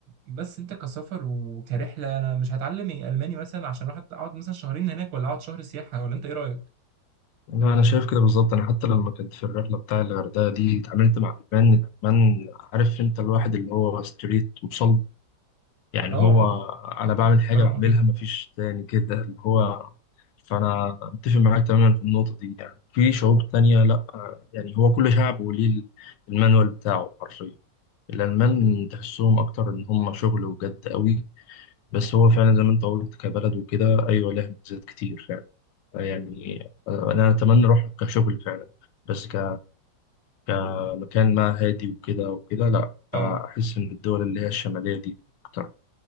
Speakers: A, on the right; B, on the left.
A: بس انت كسفر وكرحله انا مش هتعلم الماني مثلا عشان اروح اقعد مثلا شهرين هناك ولا اقعد شهر سياحه ولا انت ايه رايك؟
B: لا انا شايف كده بالظبط انا حتى لما كنت في الرحلة بتاع الغردقة دي اتعاملت مع المان الالمان عارف انت الواحد اللي هو ستريت وصلب يعني
A: اه
B: هو
A: اه
B: انا
A: بتكلم
B: بعمل
A: بصرامه
B: حاجة بعملها
A: كده
B: مفيش تاني كده اللي هو فانا متفق معاك تماما في النقطة دي يعني في شعوب تانية لا يعني هو كل شعب وليه المانوال بتاعه حرفيا الألمان تحسهم أكتر إن هم شغل وجد قوي بس هو فعلا زي ما أنت قلت كبلد وكده أيوة لها ميزات كتير فعلا يعني أنا أتمنى أروح كشغل فعلا بس ك... كمكان ما هادي وكده وكده لأ
A: اه
B: أحس إن الدول اللي هي الشمالية دي أكتر